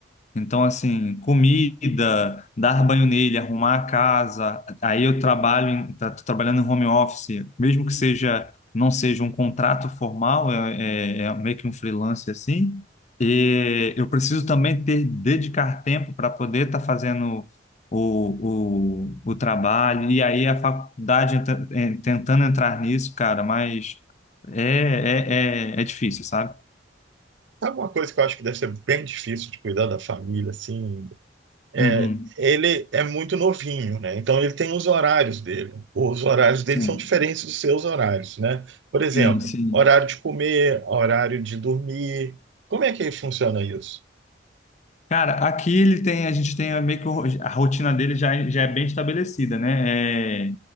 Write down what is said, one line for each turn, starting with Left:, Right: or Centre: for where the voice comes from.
Left: Então, assim, comida, dar banho nele, arrumar a casa. Aí eu trabalho, em- tá- tô trabalhando em home office, mesmo que seja, não seja um contrato formal, é, é- é meio que um freelance assim. E eu preciso também ter, dedicar tempo para poder estar fazendo o, o, o trabalho. E aí a faculdade enta- eh, tentando entrar nisso, cara, mas é, é, é, é difícil, sabe?
Right: Sabe uma coisa que eu acho que deve ser bem difícil de cuidar da família, assim? é,
Left: Uhum.
Right: ele é muito novinho, né? Então ele tem os horários dele. Os horários dele
Left: Sim,
Right: são diferentes dos seus horários, né? Por exemplo,
Left: sim, sim.
Right: horário de comer, horário de dormir. Como é que funciona isso?
Left: Cara, aqui ele tem, a gente tem meio que o- a rotina dele já, é- já é bem estabelecida, né? É,